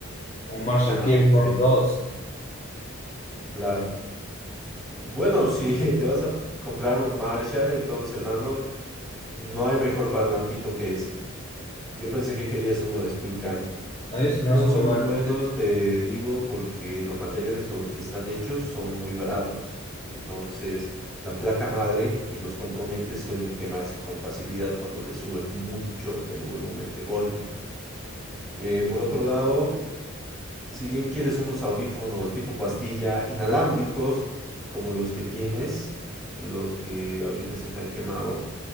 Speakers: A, on the left (about 30°); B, in the centre.
A: un Marshall
B: Ah,
A: Kilburn
B: ok,
A: dos
B: claro. Bueno, si <laughs> te vas a comprar un Marshall, entonces, hermano, no hay mejor parlantito que ese. Yo pensé que querías uno de Candy. No
A: No, yo sé que no son
B: son
A: muy buenos.
B: muy buenos,
A: Eh,
B: te digo, porque los materiales con los que están hechos son muy baratos. Entonces, la placa madre y los componentes suelen quemarse con facilidad cuando le subes mucho el volumen de golpe. Eh, por otro lado, si bien quieres unos audífonos tipo pastilla inalámbricos, como los que tienes, los que ahorita se te han quemado,